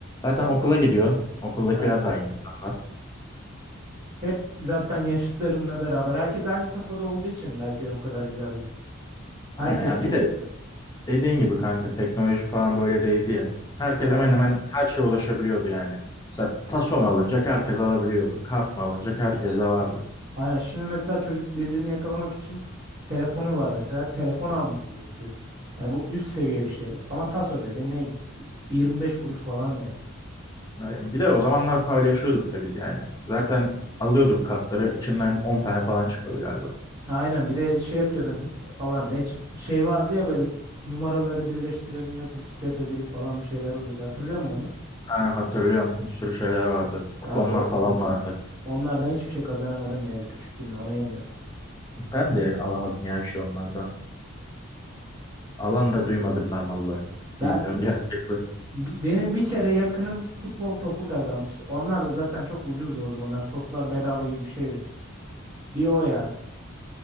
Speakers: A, on the left; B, on the right.
A: Zaten okula gidiyorsun. Okuldakiler
B: Aynen.
A: de aynı insanlar.
B: Hep zaten yaşıtlarınla beraber. Herkes aynı kafada olduğu için belki de bu kadar güzeldi. Herkes
A: Aynen ya
B: çocuktu.
A: bir de dediğin gibi kanka teknoloji falan böyle değildi ya. Herkes
B: Aynen.
A: hemen hemen her şeye ulaşabiliyordu yani. Mesela taso mu alınacak herkes alabiliyordu. Kart mı alınacak herkes de vardı.
B: Aynen. Şimdi mesela çocuk birbirini yakalamak için telefonu var mesela. Telefon alması gerekiyor. Yani bu üst seviye bir şey. Ama taso dedi neydi? 25 kuruş falan ya.
A: Yani bir de o zamanlar paylaşıyorduk da biz yani. Zaten alıyordum kartları içinden 10 tane falan çıkıyordu galiba.
B: Aynen bir de şey yapıyordun alan ne çık- şey vardı ya böyle numaraları birleştiriyordun yok bisiklet ödülü falan bir şeyler oluyordu hatırlıyor musun onu?
A: Ha, hatırlıyorum bir sürü şeyler vardı. Kuponlar
B: Kanka o-
A: falan vardı.
B: onlardan hiçbir şey kazanamadım ya küçüklüğümde ona yanıyor.
A: Ben de alamadım ya bir şey onlardan. Alan da duymadım ben valla.
B: Ben
A: Bilmiyorum gerçek mi?
B: Bi- Benim bir kere yakınım futbol topu kazanmıştı. Onlar da zaten çok ucuzdu o zamanlar. Toplar bedava gibi bir şeydi. Bir o yani.